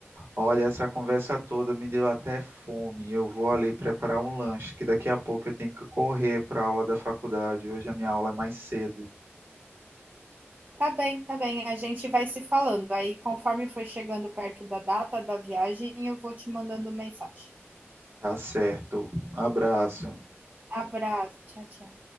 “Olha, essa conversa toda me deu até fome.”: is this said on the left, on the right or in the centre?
Right